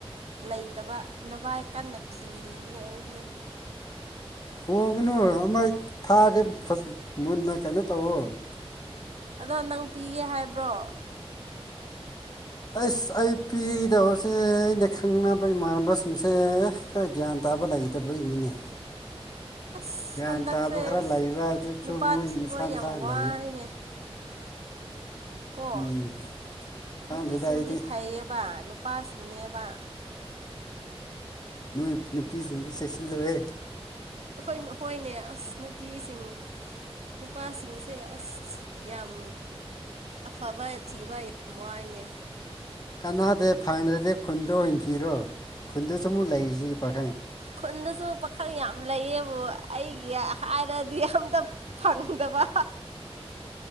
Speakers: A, on the right; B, on the left.
A: ꯂꯩꯇꯕ ꯅꯕꯥꯏ ꯀꯟꯅ ꯊꯤꯔꯤꯅꯦ ꯑꯩꯖꯦ
B: ꯍꯣꯡꯉꯨꯅꯨ ꯑꯃ ꯊꯥꯔꯦ ꯐꯖ ꯃꯨꯟꯅ ꯀꯩꯅꯣ ꯇꯧꯋꫭ
A: ꯑꯗꯣ ꯅꯪ ꯄꯤꯒꯦ ꯍꯥꯏꯕ꯭ꯔꯣ
B: ꯑꯩꯁ ꯑꯩ ꯄꯤꯗꯧꯁꯦ ꯑꯩꯅ ꯈꯪꯅꯕ ꯏꯃꯥꯟꯅꯕꯁꯤꯡꯁꯦ ꯈ ꯒ꯭ꯌꯥꯟ ꯇꯥꯕ ꯂꯩꯇꯕꯩꯅꯤꯅꯦ
A: ꯑꯁ
B: ꯒ꯭ꯌꯥꯟ
A: ꯍꯟꯗꯛꯁꯦ
B: ꯇꯥꯕ ꯈꯔ
A: ꯑꯁ
B: ꯂꯩꯕ ꯑꯗꯨꯆꯨ
A: ꯅꯨꯄꯥ
B: ꯃꯣꯏ
A: ꯊꯤꯕ
B: ꯃꯁꯥ
A: ꯌꯥꯝ
B: ꯃꯁꯥ
A: ꯋꯥꯔꯦꯅꯦ
B: ꯂꯩꯌꯦ
A: ꯀꯣ
B: ꯎꯝ ꯈꯪꯗꯦꯗ
A: ꯅꯨꯄꯤꯁꯤꯡꯗꯤ
B: ꯑꯩꯗꯤ
A: ꯐꯩꯌꯦꯕ ꯅꯨꯄꯥꯁꯤꯡꯅꯦꯕ
B: ꯅꫭꯏ ꯅꯨꯄꯤꯁꯤꯡꯗꯤ ꯆꯦꯛꯁꯤꯜꯂꯨꯍ‌ꯦ
A: ꯑꯈꯣꯏ ꯍꯣꯏꯅꯦ ꯑꯁ ꯅꯨꯄꯤꯁꯤꯡ ꯅꯨꯄꯥꯁꯤꯡꯁꯦ ꯑꯁ ꯌꯥꯝ ꯑꯐꯕ ꯊꯤꯕ ꯌꯥꯝ ꯋꯥꯏꯅꯦ
B: ꯀꯅꯥꯗꯦ ꯐꯪꯗ꯭ꯔꯗꯤ ꯈꯨꯟꯗ ꯑꯣꯏꯟ ꯊꯤꯔꯣ ꯈꯨꯟꯗꯁꯨ ꯑꯃꯨꯛ ꯂꯩꯔꯤꯁꯤ ꯄꯥꯈꯪ
A: ꯈꯨꯟꯗꯁꯨ ꯄꯥꯈꯪ ꯌꯥꯝ ꯂꯩꯌꯦꯕꯨ ꯑꯩꯒꯤ ꯍꯥꯏꯔꯗꯤ ꯑꯝꯇ ꯐꯪꯗꯕ